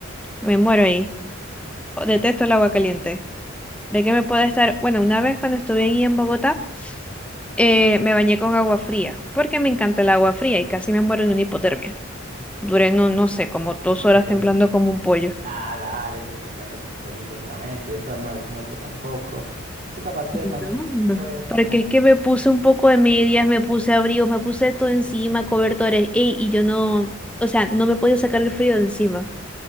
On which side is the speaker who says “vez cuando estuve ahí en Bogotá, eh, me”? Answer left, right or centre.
Centre